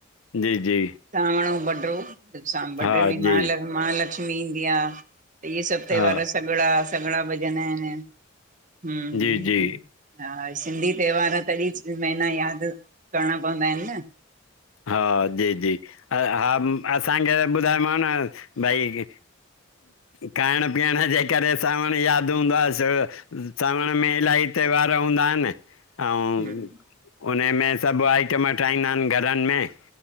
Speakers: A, on the left (about 75°); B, on the right (about 35°).
A: जी जी।
B: सांवण अऊं बडो सां बडे
A: हा
B: में
A: जी
B: महा महालक्ष्मी ईंदी आ। त इहे सभु त्योहार
A: हा
B: सॻिड़ा सॻिड़ा भॼंदा आहिनि हूं
A: जी जी
B: हा, सिंधी त्योहार तॾीं महीना यादि करणा पवंदा आहिनि न।
A: हा जी जी हा असांखे त ॿुधामांव न भई खाइण पीअण जे करे सावण यादि हूंदो आ। सो सावण में इलाही त्योहार हूंदा आहिनि। अऊं
B: हम्म,
A: उनमें सभु आइटम ठाहींदा आहिनि घरनि में।